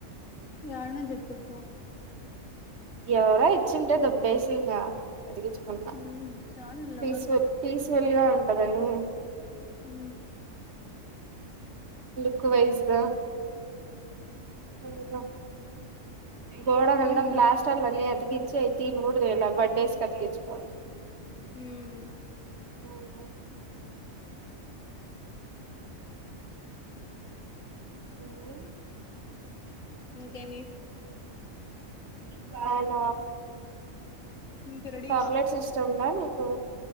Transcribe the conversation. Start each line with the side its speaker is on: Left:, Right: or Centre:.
Left: యాట్నుంచి ఎత్తుకోచినవ్
Right: ఎవరో ఇచ్చింటే దొబ్బేసి ఇంగా అతికిచ్చుకున్నా
Left: ఉమ్ చాలు
Right: తీస్
Left: లవర్లా
Right: తీీస్ వెళ్ళగా ఉంటదని
Left: హ్మ
Right: క్ వైజద <inaudible> గోడకంత
Left: మ్మ్
Right: పప్లాస్టర్లు అని అతికి ఇచ్చైతి తినుకూడా తీయాలే బర్త్డేస్ క అతికిచ్చుకోవాలి
Left: మ్మ్
Right: హ్మ హ్మ ఎంది
Left: ఇంకేమి
Right: పాల
Left: ఇంక రెడీ
Right: చాక్లెట్స్ ఎస్టంలే నీకు